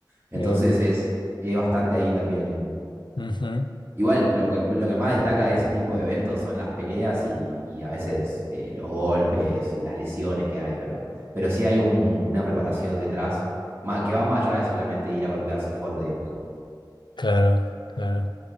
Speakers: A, on the right; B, on the left.
A: Entonces
B: yeah,
A: es, es bastante ahí también. en-
B: ujú,
A: Igual, lo que, lo que más destaca de ese tipo de eventos son las peleas y, y a veces eh, los golpes, las lesiones que hay, pero, pero sí hay un- una preparación detrás ma- que va más allá de solamente ir a golpearse fuerte, digamos.
B: claro, claro.